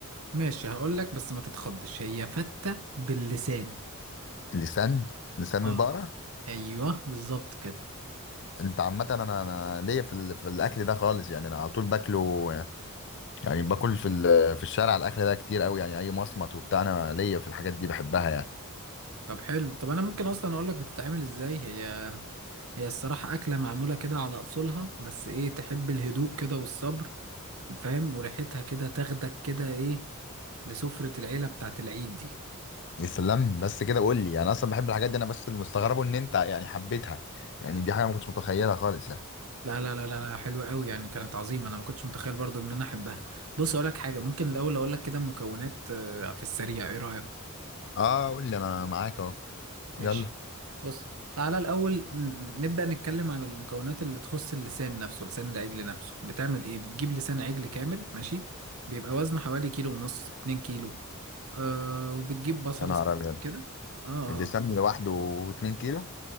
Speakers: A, on the right (about 70°); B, on the left (about 55°).
A: ماشي هقول لك بس ما تتخضش هي فتة باللسان
B: لسان لسان
A: اه
B: البقرة
A: ايوه بالظبط كده
B: انت عامة انا انا ليا في ال... في الاكل ده خالص يعني انا على طول باكله يعني باكل في ال... في الشارع الاكل ده كتير قوي يعني اي مصمت وبتاع انا ليا في الحاجات دي بحبها يعني
A: طب حلو طب انا ممكن اصلا اقول لك بتتعمل ازاي هي هي الصراحه اكله معموله كده على اصولها بس ايه تحب الهدوء كده والصبر فاهم وريحتها كده تاخدك كده ايه لسفره العيله بتاعت العيد دي
B: يا سلام بس كده قول لي يعني انا اصلا بحب الحاجات دي انا بس اللي مستغربه ان انت يعني حبيتها يعني دي حاجة ما كنتش متخيلها خالص يعني
A: لا لا لا لا لا حلوه قوي يعني كانت عظيمه انا ما كنتش متخيل برضو ان انا احبها بص اقول لك حاجه ممكن الاول اقول لك كده المكونات آه، في السريع ايه رايك
B: اه قول لي انا معاك اهو
A: ماشي
B: يلا
A: بص تعالى الأول ن- نبدأ نتكلم على المكونات اللي تخص اللسان نفسه لسان العجل نفسه بتعمل إيه بتجيب لسان عجل كامل ماشي بيبقى وزنه حوالي كيلو ونص اتنين كيلو آه وبتجيب بصلة
B: يا نهار
A: سليمة
B: أبيض
A: كده آه
B: اللسان
A: آه
B: لوحده 2 كيلو